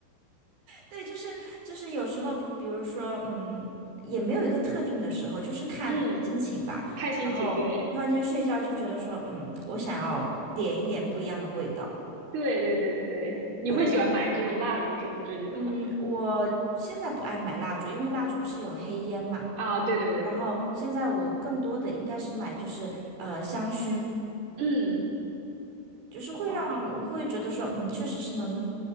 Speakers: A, on the right; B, on the right.
A: 对，就是就是有时候，比比如说，嗯，也没有一个特定的时候，就是看心情吧。
B: 嗯，看心情，
A: 然后嗯突然间睡觉就觉得说，
B: 对
A: 嗯，我想要点一点不一样的味道。
B: 对对对对对。你会喜欢买这种蜡烛什么这些的吗？
A: 然后就，嗯，我现在不爱买蜡烛，因为蜡烛不是有黑烟嘛。
B: 啊，对对对对对，
A: 然后现在我更多的应该是买就是呃香薰，
B: 嗯，
A: 就是会让我会觉得说，
B: 哇，
A: 嗯，确实是能